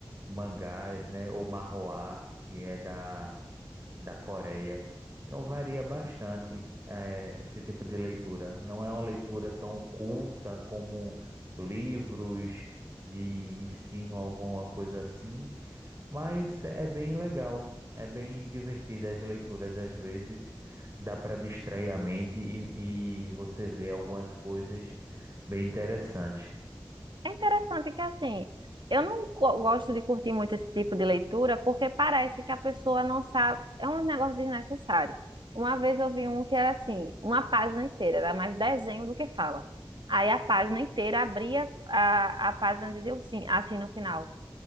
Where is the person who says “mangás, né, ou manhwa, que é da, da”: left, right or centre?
Right